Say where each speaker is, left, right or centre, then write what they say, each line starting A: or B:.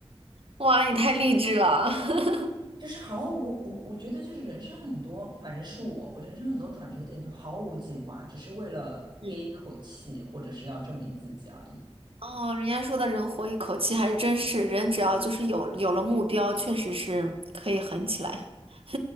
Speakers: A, on the right; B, on the right.
A: 哇，你太励志了。<laughs>
B: 就是毫无我我觉得就是人生很多，反正是我，我人生很多转折点都毫无计划，只是为了憋一口气，
A: 嗯，
B: 或者是要证明自己而已。
A: 哦，人家说的人活一口气还真是，人只要就是有有了目标，确实是可以狠起来。<laughs>